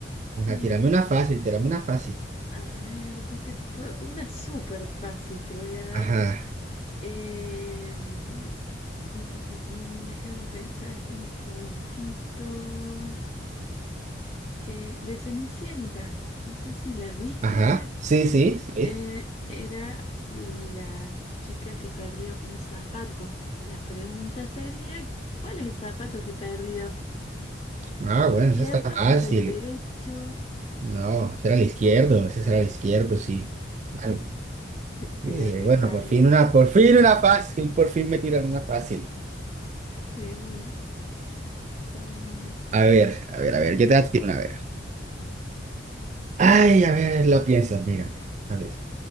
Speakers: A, on the right; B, on the left.
A: Ajá,
B: Sí.
A: tírame una fácil, tírame una fácil.
B: A ver, ¿qué te puedo? Una súper fácil te voy a dar.
A: Ajá,
B: Em, mm, mm, mm, mm, déjame pensar un poquito. Eh, de Cenicienta, no sé si la viste.
A: ajá, sí, sí, sí.
B: Eh, era la chica que perdió un zapato. La pregunta sería, ¿cuál es el zapato que perdió?
A: Ah,
B: ¿El
A: bueno,
B: izquierdo
A: esa está fácil.
B: o el derecho?
A: No, ese era el izquierdo, ese era el izquierdo, sí. Claro,
B: <laughs> Se
A: Yo
B: la
A: dije,
B: resabía
A: bueno, por fin una, por fin una fácil, por fin me tiran una fácil.
B: de una. Está muy bien.
A: A ver, a ver, a ver, yo te voy a tirar una, a ver. Ay, a ver, lo pienso, mírame. A ver.